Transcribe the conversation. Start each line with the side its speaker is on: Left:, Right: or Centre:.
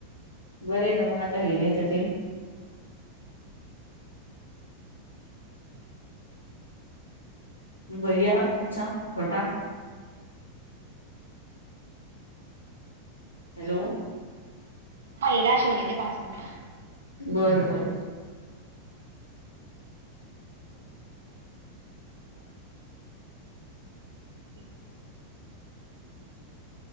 Left: बरं आहे ना, मंग आता हे नाहीत ते बैया तुमचा छोटा. हॅलो.
Right: हाय राशन घेते पाच मिंट.
Left: बर बर.
Right: <inaudible>